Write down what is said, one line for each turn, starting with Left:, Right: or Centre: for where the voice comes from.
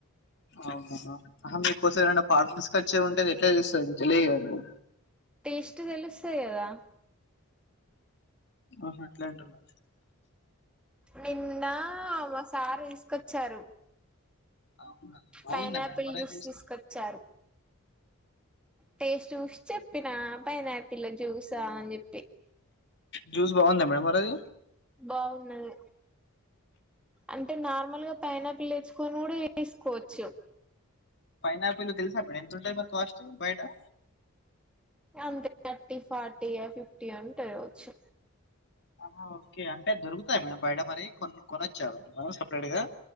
Left: అవునా ఆహా మీకోసం ఎవరైనా <unintelligible> తెచ్చే ఉంటే అది ఏట్ల తెలుస్తది. తెలీదు గాదండి
Centre: టేస్ట్ తెలుస్తాద్ గాదా.
Left: ఆహా అట్లాంటున్నారా?
Centre: నిన్న మా సారూ తీసుకొచ్చారు.
Left: అవునా బాగుందా
Centre: పైనాపిల్
Left: మేడం మరి
Centre: జ్యూస్
Left: ఆ
Centre: తీసుకొచ్చారు. టేస్ట్ చూసి చెప్పినా పైనాపిల జ్యూసా అని చెప్పి.
Left: జ్యూస్ బావుందా మేడం. మరది.
Centre: బావున్నది. అంటే నార్మల్ గా పైనాపిల్ తెచ్చుకొని, గూడా చేసుకోవచ్చు.
Left: పైనాపిల్ తెలుసా మేడం. ఎంతుంటాయి మరి కాస్ట్స్ బయ్టా.
Centre: ఇగ అంతే థర్టీ, ఫార్టీయో, ఫిఫ్టీయో, ఉంటాద్ గావచ్చు.
Left: ఆహ ఓకే అంటే దొరుకుతాయా మేడం. బయట మరి కొన్ కొన చ్చ మనం సపరేట్ గా